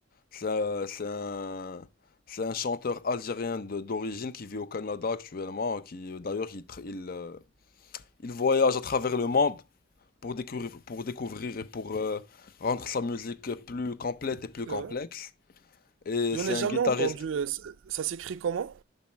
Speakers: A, on the left; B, on the right.
A: C'est un, c'est un, c'est un chanteur algérien de- d'origine qui vit au Canada actuellement, qui d'ailleurs il, tra- il, euh, il voyage à travers le monde pour découvrir, pour découvrir et pour euh, rendre sa musique plus complète et plus
B: C'est
A: complexe.
B: vrai?
A: Et
B: J'en
A: c'est
B: ai
A: un
B: jamais
A: guitariste
B: entendu. euh, c- Ça s'écrit comment?